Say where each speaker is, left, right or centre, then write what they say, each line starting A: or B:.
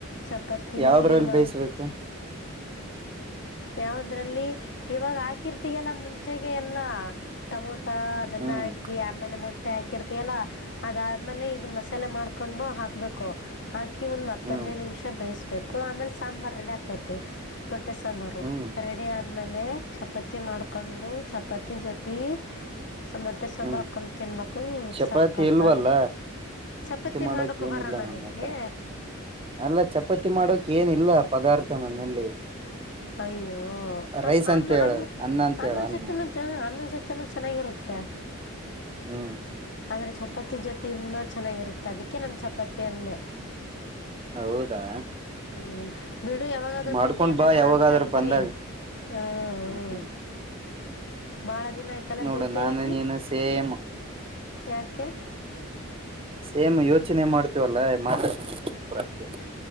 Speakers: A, on the left; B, on the right.
A: ಚಪಾತ
B: ಯಾವದ್ರಲ್ಲಿ
A: ಮಾ
B: ಬೇಯಿಸ್ಬೇಕು
A: ಯಾಾವದ್ರಲ್ಲಿ ಇವಾಗ ಹಾಕಿರ್ತಿಗೆಲ್ಲ ಮುಂಚೆಗೆ ಎಲ್ಲ ಟಮೊಟ ಮ ಅದೆಲ್ಲಾ
B: ಹ್ಮ್
A: ಹಾಕಿ ಆಮೇಲೆ ಮೊಟ್ಟೆ ಹಾಕಿ ಹಾಕಿರ್ತಯಲ್ಲಾ ಅದಾದ್ಮೇಲೆ ಇದು ಮಸಾಲೆ ಮಾಡ್ಕೊಂಡು ಹಾಕ್ಬೇಕು ಕ್ಕಿ ಒಂದ್ ಹತ್ತದನೈದು
B: ಹ್ಮ್
A: ನಿಮಿಷ ಬೇಯಸ್ಬೇಕು ಆಮೇಲೆ ಸಾಂಬಾರ್ ರೆಡಿ ಆಗ್ತತಿ ಮೆ ಸಂಬಾರು
B: ಹ್ಮ್
A: ರೆಡಿ ಆದಮೇಲೆ ಚಪಾತಿ ಮಾಡ್ಿಕೊಂಡು ಚಪಾತಿ ಜೊತೆ ಸಮಟೆ ಸಾಂಬುಾಕ್ಕೊಂಡು
B: ಹ್ಮ್
A: ತಿನ್ಬೇಕು
B: ಚಪಾತಿ
A: ಸಾತ್ತ
B: ಇಲ್ವಲ್ಲ
A: ಚಪಾತಿ
B: ಮಾಡೋಕ್
A: ಮಾಡಕು
B: ಏನಿಲ್ಲ
A: ಬರಲ್ಲ
B: ನನ್ನ
A: ನಿನಗೆ
B: ಹತ್ರ ಅಲ್ಲ ಚಪಾತಿ ಮಾಡೋಕ ಏನಿಲ್ಲ ಪದಾರ್ಥ ನನ್ನಲ್ಲಿ
A: ಅಯ್ಯೋ ಅ
B: ರೈಸ್
A: ಅನ್ನ
B: ಅಂತ ಹೇಳು
A: ಅನ್ನ
B: ಅಂತ
A: ಅನ್ನದ
B: ಹೇಳು ಅನ್ನ
A: ಜೊತೆಿನ ಅನ್ನ ಜೊತೆ ಚೆನ್ನಾಗಿರುತ್ತೆ
B: ಹ್ಮ್
A: ಆದರೆ ಚಪಾತಿ ಜೊತೆ ಇನ್ನೂ ಚೆನ್ನಾಗಿರುತ್ತೆ ಅದಕ್ಕೆ ನಾನು ಚಪಾತಿ ಅಂದೆ
B: ಹೌದಾ
A: ಹ್ಮ್ ಬಿಡು ಯಾವಾಗಾದ್ರೂ
B: ಮಾಡ್ಕೊಂಡ್
A: ಭೇಟಿಾದಾಗ
B: ಬಾ ಯಾವಾಗಾದ್ರೂ
A: ನಾನು ತರ್ತೀನಿ
B: ಬಂದಾಗ
A: ಹಾಂ ಹ್ಞಂ
B: ಹ್ಮ್
A: ಬಹಳ ದಿನ ಆಯ್ತಲ್ಲ
B: ನೋಡು
A: ಭೇಟಾಗಿ
B: ನಾನು ನೀನು ಸೇಮ್
A: ಯಾಕೆ
B: ಸೇಮ್ ಯೋಚನೆ ಮಾಡ್ತೀವಲ್ಲಾ ಮಾತಾಡ್ ಇಬರ ಹಂಗೆ